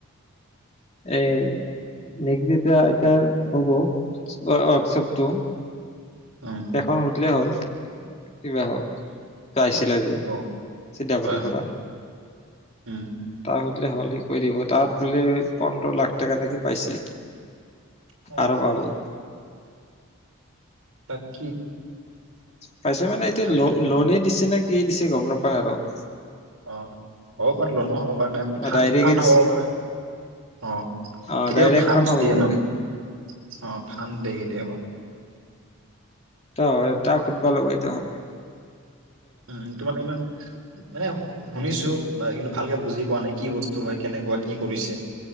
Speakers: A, on the left; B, on the right.
A: এ নেক্সট যেতিয়া ইষ্টাত হ'ব ৱৰ্কশ্বপটো
B: উম
A: এখন সুধিলে হ'ল কিবা হওক চাইছিলা যে
B: অ
A: চিদাপতি
B: হয় হয়
A: পৰা
B: উম,
A: তাৰ হ'ল তেনেহলে কৰি দিব তাত বোলে পোন্ধৰ লাখ টকা নেকি পাইছে
B: অ
A: আৰু বাবু
B: তাকে
A: পাইছে মানে এইটো
B: আৰু
A: লোণে দিছে নে কি এ দিছে গম নাপাওঁ আৰু উম
B: অ হ'ব পাৰে লোনো হ'ব পাৰে ন ফানড
A: ডাইৰেক্টে
B: ফানড
A: দিছে
B: হ'ব পাৰে অ
A: অ
B: কেতিয়াবা
A: ডাইৰেক্ট
B: ফানড
A: খন হ'ব
B: দিয়ে ন
A: পাৰে
B: অ ফানড দি দিয়ে কেতিয়াবা
A: অ তাক সুধিব লাগিব এতিয়া ভালকে
B: উম তোমাক ইমান এইয়া শুনিছো বা কিন্তু ভালকে বুজি পোৱা নাই কি বস্তু হয় কেনেকুৱা কি কৰিছে